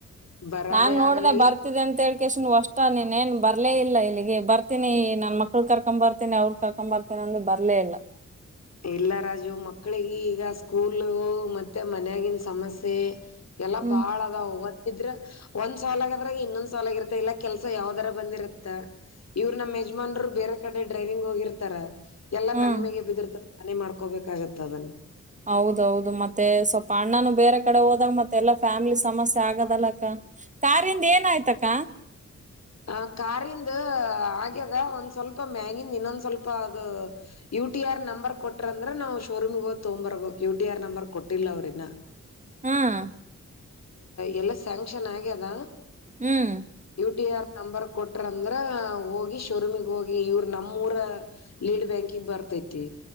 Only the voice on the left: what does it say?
ಬರೋದೇ
ಆಗಲ್ಲ
ಈ
ಇಲ್ಲ ರಾಜು ಮಕ್ಕಳಿಗೆ ಈಗ ಸ್ಕೂಲು ಮತ್ತೆ ಮನೆಗಿನ ಸಮಸ್ಯೆ ಎಲ್ಲಾ
ಬಾಳ ಇದ್ರೆ ಒಂದ್ ಸಾಲಗದ್ರೆ ಇನ್ನೊಂದ್ ಸಾಲ ಆಗಿರತ್ತೆ ಇಲ್ಲ ಕೆಲ್ಸ ಯಾವ್ದರ ಬಂದಿರತ್ತ ಇವರು ನಮ್ಮ ಯಜಮಾನ್ರು ಬೇರೆ ಕಡೆ ಡ್ರೈವಿಂಗ್ ಹೋಗಿರ್ತಾರ ಎಲ್ಲಾ
ನನ್ಮಗೆ ಬಿದಿರ್ತ ನಾನೇ ಮಾಡ್ಕೋಬೇಕಾಗತ್ತತ್ ಅದನ್ನ
ಆ ಕಾರಿಂದ ಆಗ್ಯದ ಒಂದ್ ಸ್ವಲ್ಪ ಮ್ಯಾಗಿಂದ್ ಇನ್ನೊಂದ್ ಸ್ವಲ್ಪ ಅದು ಯು ಟಿ ಆರ್ ನಂಬರ್ ಕೊಟ್ರಂದ್ರೆ ನಾವು ಶೋರೂಮ್ಗೆ ಹೊಗ ತೊಗೊಂಡು ಬರಬೇಕು ಯು ಟಿ ಆರ್ ನಂಬರ್ ಕೊಟ್ಟಿಲ್ಲ ಅವ್ರನ್ನ
ಎಲ್ಲ ಸ್ಯಾಂಕ್ಷನ್ ಆಗ್ಯದ
ಯು ಟಿ ಆರ್ ನಂಬರ್ ಕೊಟ್ರಂದ್ರ ಹೋಗಿ ಶೋರೂಮಗ್ ಹೋಗಿ ಇವ್ರ ನಮ್ಮೂಊರ ಲೀಡ್ ಬ್ಯಾಂಕಿಂಗ್ ಬರ್ತೈತಿ